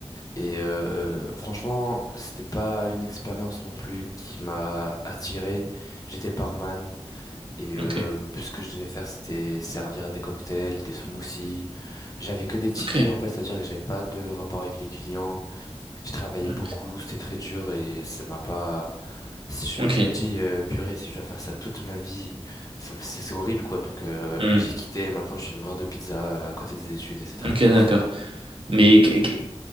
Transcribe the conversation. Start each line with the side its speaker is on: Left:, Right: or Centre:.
Left: Et euh, franchement, c'était pas une expérience non plus qui m'a attiré. J'étais barman et
Right: ok,
Left: euh, ce que je devais faire c'était servir des cocktails, des smoothies. J'avais que des tickets
Right: ok,
Left: en fait, c'est-à-dire que j'avais pas de rapport avec les clients. Je travaillais
Right: ouais.
Left: beaucoup, c'était très dur et ça m'a pas je,
Right: ok,
Left: je me dis, euh, purée, si je dois faire ça toute ma vie, ça- c'est c'est horrible quoi. Donc euh,
Right: hmm,
Left: j'ai quitté et maintenant je suis livreur de pizza euh, à côté des études et c'est très
Right: ok,
Left: bien.
Right: d'accord. Mais qu- qu-